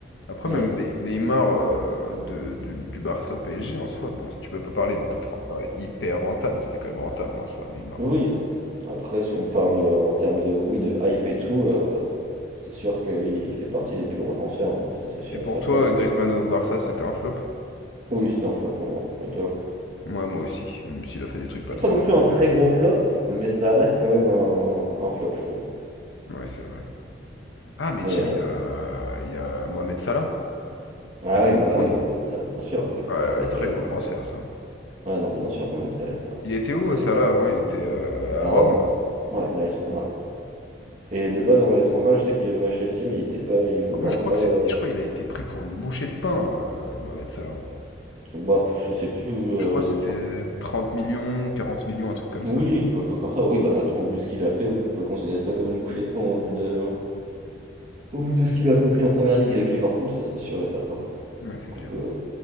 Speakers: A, on the left (about 75°); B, on the right (about 40°).
A: Après,
B: Ouais,
A: même
B: ça,
A: des
B: ça,
A: Neymar euh, de, du, du Barça au PSG, en soi, bon, si tu peux pas parler de transfert hyper rentable, mais c'était quand même rentable en soi, Neymar.
B: Oui, après, si on parle euh, en termes de, oui, de hype et tout, euh, c'est sûr qu'il il fait partie des plus gros transferts, hein, ça c'est sûr
A: Et pour
B: et certain.
A: toi, Griezmann au Barça, c'était un flop?
B: Oui, c'était un flop pour moi. Et toi?
A: Moi, moi aussi, même s'il a fait des trucs
B: C'était
A: pas trop
B: pas non
A: mal.
B: plus un
A: c'était
B: très
A: quand même
B: gros
A: un
B: flop, mais ça reste quand même un, un flop, je trouve.
A: flop. Ouais, c'est vrai. Ah, mais
B: Mais,
A: tiens,
B: euh,
A: il y a, il y a Mohamed Salah
B: ah
A: à Liverpool.
B: oui, bah oui, bah, ouais, ça, bien sûr, bah oui,
A: Ouais,
B: Mohamed
A: très
B: Salah.
A: gros transfert, ça.
B: Ouais, non, bien sûr, Mohamed Salah, il est un-
A: Il était où,
B: enfin, c'est
A: euh, Salah, avant? Il était euh,
B: à
A: à Rome?
B: Rome. Ouais,
A: Ouais.
B: l'AS Roma. Et de base, en l'AS Roma, je sais qu'il a joué à Chelsea, mais il était pas, il jouait
A: En plus,
B: vraiment
A: je crois
B: pas.
A: que
B: euh,
A: c'était, je crois qu'il a été pris pour une bouchée de pain, euh, Mohamed Salah.
B: Bah, pff, je sais plus, euh,
A: Je crois que c'était
B: le,
A: 30 millions, 40 millions, un truc comme
B: Oui,
A: ça.
B: quelque chose comme ça. Oui, bah maintenant, vu ce qu'il a fait, oui, on peut considérer ça comme une bouchée de pain au vu de, au vu de ce qu'il a accompli en première ligue avec Liverpool, ça c'est sûr et certain.
A: Ouais, c'est
B: Qu'on
A: clair.
B: peut.